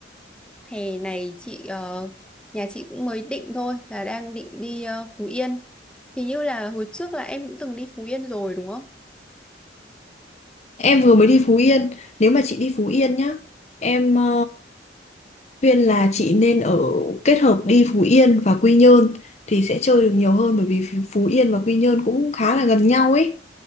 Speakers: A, in the centre; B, on the left (about 40°).
A: hè này chị ờ, nhà chị cũng mới định thôi là đang định đi ờ, Phú Yên hình như là hồi trước là em cũng từng đi Phú Yên rồi đúng không?
B: Em vừa mới đi Phú Yên. Nếu mà chị đi Phú Yên nhá, em ờ, Khuyên là chị nên ở kết hợp đi Phú Yên và Quy Nhơn thì sẽ chơi được nhiều hơn bởi vì Phú Phú Yên và Quy Nhơn cũng khá là gần nhau ấy.